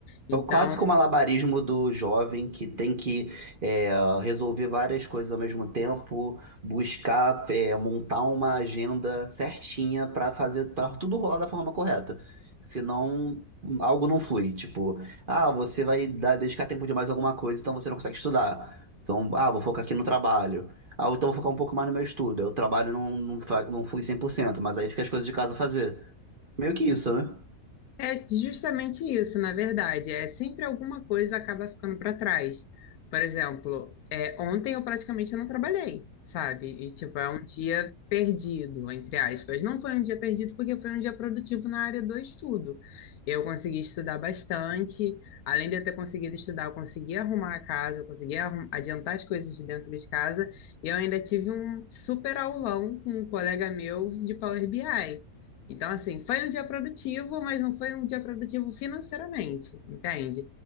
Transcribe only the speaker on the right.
É o clássico malabarismo do jovem que tem que é, resolver várias coisas ao mesmo tempo, buscar é, montar uma agenda certinha para fazer para tudo rolar da forma correta. Senão algo não flui. Tipo, ah, você vai dar- dedicar tempo demais a alguma coisa, então você não consegue estudar. Então, ah, vou focar aqui no trabalho. Ah, então vou focar um pouco mais no meu estudo. Aí O trabalho não, não, fa- não flui 100%, mas aí fica as coisas de casa a fazer. Meio que isso, né?